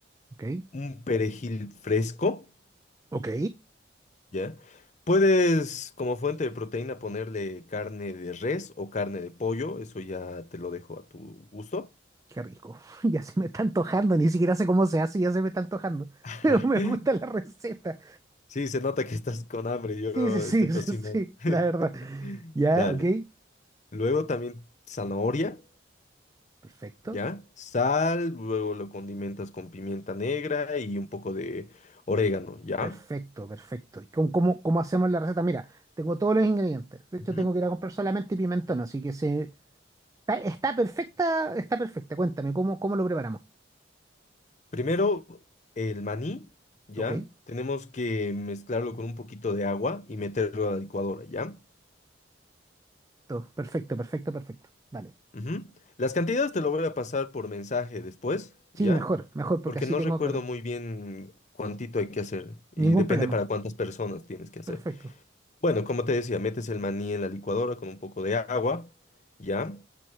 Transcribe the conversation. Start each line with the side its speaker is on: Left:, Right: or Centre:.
Right: ok,
Left: un perejil fresco,
Right: ok.
Left: ¿ya? Puedes, como fuente de proteína, ponerle carne de res o carne de pollo, eso ya te lo dejo a tu gusto.
Right: Qué rico. <laughs> Ya se me está antojando, ni siquiera sé cómo se hace, ya se me está antojando. <laughs>
Left: <laughs>
Right: Pero me gusta la receta.
Left: Sí, se nota que estás con hambre, yo
Right: Sí, sí, sí,
Left: estoy
Right: <laughs>
Left: cocinando.
Right: sí, sí,
Left: <laughs>
Right: la verdad. Ya,
Left: Dale.
Right: ok.
Left: Luego también zanahoria,
Right: Perfecto,
Left: ¿ya? Sal, luego lo condimentas con pimienta negra y un poco de orégano, ¿ya?
Right: perfecto, perfecto. ¿Y cómo, cómo, cómo hacemos la receta? Mira, tengo todos los ingredientes. De hecho,
Left: Ujú.
Right: tengo que ir a comprar solamente pimentón, así que se... Está, está perfecta, está perfecta. Cuéntame, ¿cómo, cómo lo preparamos?
Left: Primero, el maní, ¿ya?
Right: Ok,
Left: Tenemos que mezclarlo con un poquito de agua y meterlo a la licuadora, ¿ya?
Right: todo. Perfecto, perfecto, perfecto. Dale.
Left: Ujú. Las cantidades te lo voy a pasar por mensaje después,
Right: Sí,
Left: ¿ya?
Right: mejor, mejor, porque
Left: Porque
Right: así
Left: no
Right: tengo
Left: recuerdo
Right: claro.
Left: muy bien cuántito hay que hacer y
Right: Ningún
Left: depende
Right: problema.
Left: para cuántas personas tienes que hacer.
Right: Perfecto.
Left: Bueno, como te decía, metes el maní en la licuadora con un poco de agua, ¿ya?